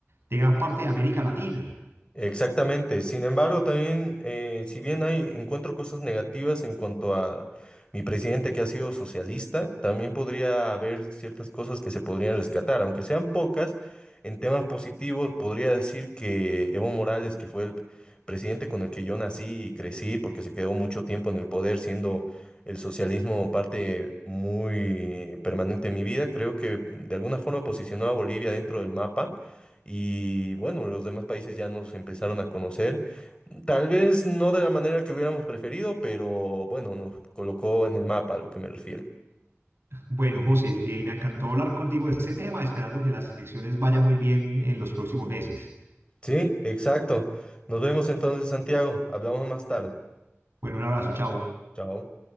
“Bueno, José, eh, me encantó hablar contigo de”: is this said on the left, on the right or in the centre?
Right